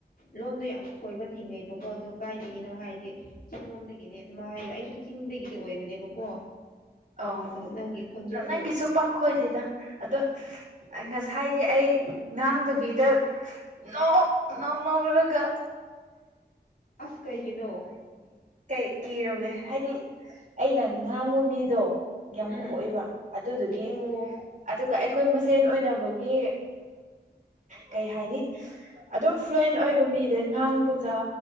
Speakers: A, on the left; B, on the right.
A: ꯂꯣꯟꯗꯣ ꯌꯥꯝ ꯈꯣꯏꯕ ꯊꯦꯡꯅꯩꯕꯀꯣ ꯑꯗꯨ ꯀꯥꯏꯗꯒꯤꯅꯣ ꯍꯥꯏꯗꯤ ꯆꯤꯡꯂꯣꯝꯗꯒꯤꯅꯦ ꯑꯗꯨꯝ ꯍꯥꯏ ꯑꯩꯁꯨ ꯆꯤꯡꯗꯒꯤꯗꯤ ꯑꯣꯏꯕꯅꯦꯕꯀꯣ
B: ꯑꯣ
A: ꯑꯗꯣ ꯅꯪꯒꯤ ꯈꯣꯟꯖꯦꯜꯗꯣ
B: ꯅꯪꯒꯤꯁꯨ ꯄꯥꯛ ꯈꯣꯏꯗꯦꯗ ꯑꯗꯣ ꯉꯁꯥꯏꯗꯤ ꯑꯩ ꯉꯥꯡꯗꯕꯤꯗ ꯅꯣꯛ ꯅꯣꯛꯑꯒ
A: ꯑꯁ ꯀꯩꯒꯤꯅꯣ
B: ꯀꯩ ꯀꯤꯔꯕꯅꯦ ꯍꯥꯏꯗꯤ ꯑꯩꯅ ꯉꯥꯡꯕ ꯃꯤꯗꯣ ꯌꯥꯝ
A: ꯎꯝ
B: ꯈꯣꯏꯕ ꯑꯗꯨꯗꯨꯒꯤ
A: ꯑꯣ
B: ꯑꯗꯨꯒ ꯑꯩ ꯑꯩꯈꯣꯏ ꯃꯁꯦꯟ ꯑꯣꯏꯅꯕꯒꯤ ꯀꯩ ꯍꯥꯏꯅꯤ ꯑꯗꯨꯝ ꯐ꯭ꯔꯦꯟ ꯑꯣꯏꯕ ꯃꯤꯗ ꯉꯥꯡꯕ ꯒ